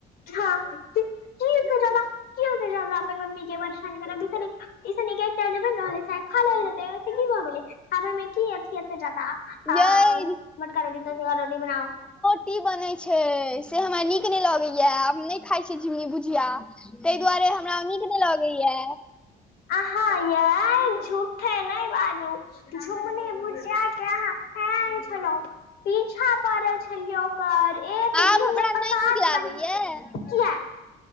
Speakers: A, on the left; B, in the centre.
A: हँ कीक जेना। अपन मम्मी के बर छान करै भार। ईसन नीक एकटा जे बइन रहल अय स खा लेल जेतइ की जेते। हँ मे की अथि एते जदा मोटका
B: यै
A: रोटी त रोटी बना।
B: की बनै छै से हमरा नीक नहि लगैया आ नहि खाइ छीै झिमुनी भुझिया। ताहि दुआरे हमरा नीक नहि लगैया।
A: हँ यै झूठे नहि बाजू। झुमनी भुजिया के आँहा फेज़ छेलो पीछा पड़ल छलियौ। कर एक
B: आब
A: दिन
B: हमरा
A: मे पचास
B: नहि नीक लागैया
A: बार किया।